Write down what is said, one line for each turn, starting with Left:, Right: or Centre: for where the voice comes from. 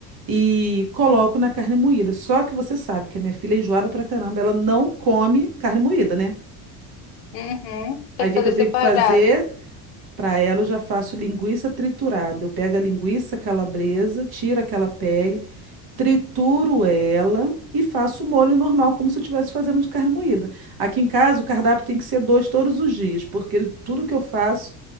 Right: E coloco na carne moída. Só que você sabe que a minha filha é enjoada pra caramba, ela não come carne moída, né?
Left: Uhum.
Right: Aí
Left: Tem que
Right: o que
Left: fazer
Right: que eu tenho
Left: separado.
Right: que fazer? Para ela, eu já faço linguiça triturada. Eu pego a linguiça calabresa, tiro aquela pele, trituro ela e faço o molho normal, como se eu estivesse fazendo de carne moída. Aqui em casa, o cardápio tem que ser dois todos os dias, porque tudo que eu faço,